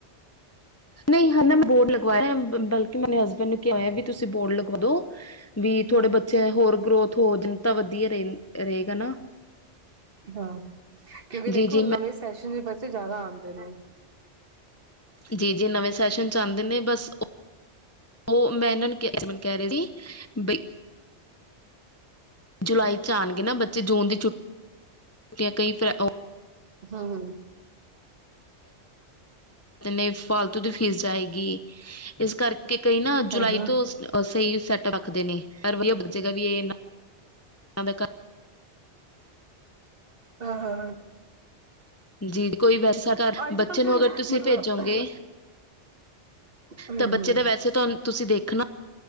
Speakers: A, on the left; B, on the right.
A: ਨਹੀਂ ਹਨਾ ਮੈਂ ਬੋਰਡ ਲਗਵਾਇਆ ਬਲਕਿ ਮੈਨੇ ਹਸਬੈਂਡ ਨੂੰ ਕਿਹਾ ਹੋਇਆ ਵੀ ਤੁਸੀਂ ਬੋਰਡ ਲਗਵਾ ਦੋ ਵੀ ਥੋੜੇ ਬ ਚਾਹੇ ਹੋਰ ਗਰੋਥ ਹੋ ਜਾਣ ਤਾਂ ਵ ਵਧੀਆ ਰੇ ਰਏਗਾ ਨਾ।
B: ਹਾਂ ਕਿਉਂਕਿ ਦੇਖੋ
A: ਜੀ ਜੀ
B: ਨਵੇਂ
A: ਮੈਂ
B: ਸੈਸ਼ਨ <unintelligible> ਜ਼ਿਆਦਾ ਆਦੇ ਨੇ।
A: ਜੀ ਜੀ ਨਵੇਂ ਸੈਸ਼ਨ ਚ ਆਂਦੇ ਨੇ ਬਸ ਉਹ ਮੈਂ ਇਹਨਾਂ ਨੂੰ ਕਹਿ ਰਹੀ ਸੀ ਬ ਜੁਲਾਈ ਚ ਆਣਗੇ ਨਾ ਬੱਚੇ ਜੂਨ ਦੀ ਛੁੱਟੀਆਂ ਫਿਰ ਕਈ ਉਹ
B: ਹੂੰ-ਹੂੰ,
A: ਨੇ ਫਾਲਤੂ ਦੀ ਫੀਸ ਜਾਏਗੀ। ਇਸ ਕਰਕੇ ਕਈ ਨਾ ਜੁਲਾਈ
B: ਹਾਂ ਹਾਂ
A: ਤੋਂ ਅ ਸਹੀ ਸੈੱਟ ਰਖਦੇ ਨੇ <unintelligible> ਵੀ ਇਹ ਦਾ
B: ਹਾਂ ਹਾਂ ਹਾਂ,
A: ਜੀ ਕੋਈ ਬਸ, ਸਾਡਾ
B: ਅੱਜ
A: ਬੱਚੇ
B: ਕੱਲ
A: ਨੂੰ
B: ਤੇ
A: ਅਗਰ ਤੁਸੀਂ
B: ਮਤਲਬ
A: ਭੇਜੋਗੇ
B: ਹੂੰ
A: ਤਾਂ ਬੱਚੇ
B: ਹੂੰ
A: ਦਾ ਵੈਸੇ ਤੁ ਤੁਸੀਂ ਦੇਖਣਾ,